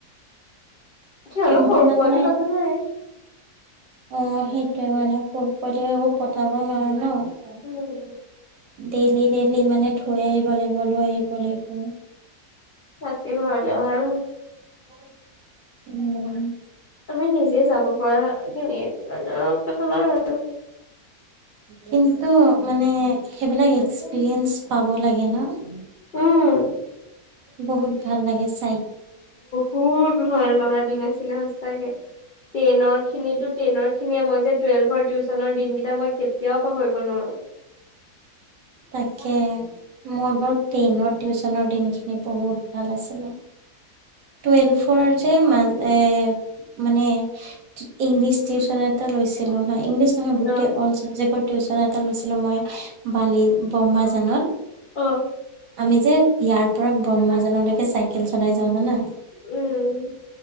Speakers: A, on the left; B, on the right.
A: সিহঁতৰ
B: কিন্তু
A: সৰু
B: মানে
A: পোৱালি কথা নাই।
B: অ', সেইটোয়ে মানে সৰু পোৱালি আকৌ পঠাব নোৱাৰে ন'?
A: উম,
B: ডেইলি ডেইলি মানে থৈ আহিব লাগিব, লৈ আহিব লাগিব।
A: তাতকে ঘৰলৈ অহাইয়ে ভাল।
B: উম। <unintelligible>
A: আমি নিজে যাব পৰা খিনি মানে কথানাই আৰু।
B: কিন্তু মানে, সেইবিলাক এক্সপিৰিয়েঞ্চ পাব লাগে ন'?
A: উম।
B: বহুত ভাল লাগে চা
A: বহুত ভাল লগা দিন আছিলে সঁচাকে। টেনৰ খিনিটো টেনৰ খিনিয়ে, মই যে টুৱেলভৰ টিউচনৰ দিনকেইটা মই কেতিয়াও পাহৰিব নোৱাৰোঁ।
B: তাকে। মই বাৰু টেইনৰ টিউচনৰ দিনখিনি বহুত ভাল আছিলে। টুৱেলভৰ যে, ম এ মানে ইংলিছ টিউচন এটা লৈছিলোঁ হা', ইংলিছ নহয়, গোটেই
A: অ
B: অল চাবজেক্টৰ টিউচন এটা লৈছিলোঁ মই বালি ব্ৰহ্মাজানত।
A: অ'।
B: আমি যে ইয়াৰ পৰা ব্ৰহ্মাজানলৈকে চাইকেল চলাই যাওঁ, জানা।
A: উম।